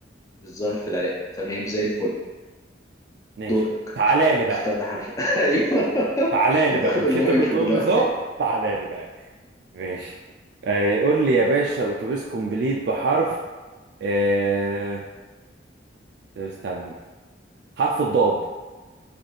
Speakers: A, on the left; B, on the right.
A: الظاهر في العراق تمام زي الفل
B: ماشي
A: دورك
B: تعالى لي بقى
A: اختار لي حرف <laughs> ايوه
B: تعالى لي
A: هتاخد
B: بقى مش
A: البوينت
B: انت بتقول
A: دلوقتي
B: لي ظا تعالى لي بقى ماشي آه قول لي يا باشا اتوبيس كومبليت بحرف آه طب استنى حرف الضاد